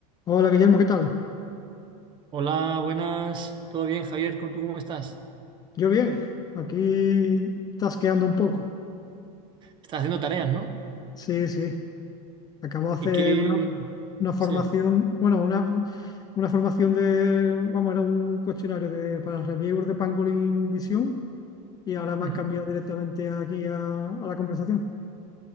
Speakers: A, on the left (about 20°); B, on the right (about 25°).
A: Hola Guillermo, ¿qué tal?
B: Hola, buenas. ¿Todo bien, Javier? ¿Con tú cómo estás?
A: Yo bien, aquí tasqueando un poco.
B: Estás haciendo tareas, ¿no?
A: Sí, sí. Acabo de hacer
B: ¿Y qué,
A: una, una formación,
B: sí.
A: bueno, una, una formación de, vamos, era un cuestionario de, para reviewers de Pangolin Visión y ahora me
B: Ujú.
A: han cambiado directamente aquí a, a la conversación.